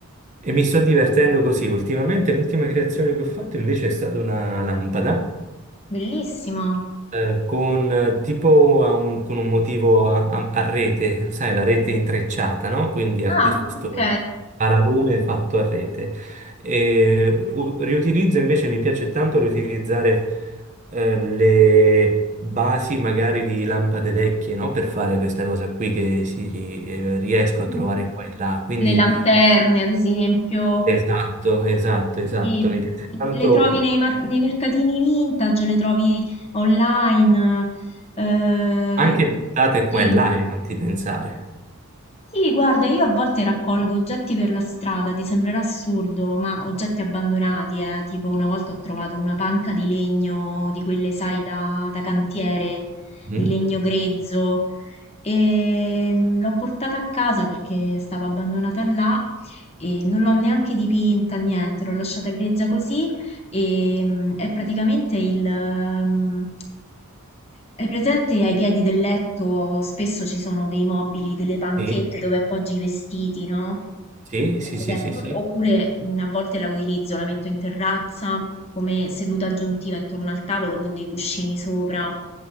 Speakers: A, on the right; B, on the left.
A: e mi sto divertendo così. Ultimamente l'ultima creazione che ho fatto invece è stata una lampada
B: Bellissimo.
A: eh, con eh, tipo a un, con un motivo a, a- a rete, sai, la rete intrecciata, no? Quindi a
B: Ah,
A: questo
B: ok.
A: paralume fatto a rete. E, u- riutilizzo invece, mi piace tanto riutilizzare eh, le basi magari di lampade vecchie, no? Per fare questa cosa qui che si, eh, riesco a
B: Mm.
A: trovare qua e là. Quindi
B: Le lanterne, ad esempio,
A: esatto, esatto, esatto,
B: sì.
A: mi piace tanto
B: Le trovi nei, mar- nei mercatini vintage, le trovi online. eh,
A: anche buttate
B: sì.
A: qua e là e non ti pensare.
B: Sì, guarda, io a volte raccolgo oggetti per la strada, ti sembrerà assurdo, ma oggetti abbandonati, eh. Tipo una volta ho trovato una panca di legno, di quelle, sai, da, da cantiere,
A: Mhm.
B: di legno grezzo E mm, l'ho portata a casa perché stava abbandonata là e non l'ho neanche dipinta, niente, l'ho lasciata grezza così e mm, è praticamente il... mm, Hai presente ai piedi del letto spesso ci sono dei mobili, delle panchette
A: Sì.
B: dove appoggi i vestiti, no? Mm,
A: Sì, sì,
B: Cose
A: sì,
B: del-
A: sì, sì,
B: Oppure mm, a volte la utilizzo, la metto in terrazza come seduta aggiuntiva intorno al tavolo con dei cuscini sopra.